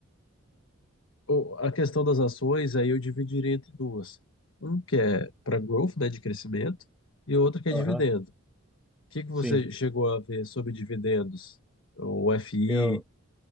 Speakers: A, on the left; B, in the centre.
A: Ou a questão das ações, aí eu dividiria entre duas. Um que é para growth, né, de crescimento, e outra que é
B: aham,
A: dividendo. O que que
B: sim.
A: você chegou a ver sobre dividendos? O FI,
B: Eu,